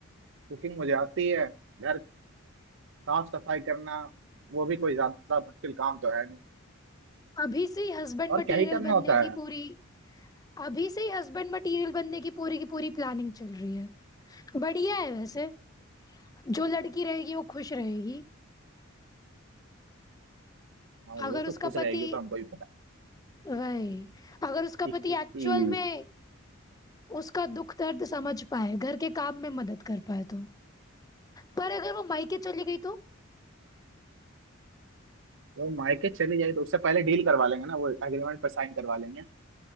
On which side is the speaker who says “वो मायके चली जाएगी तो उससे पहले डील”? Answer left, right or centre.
Right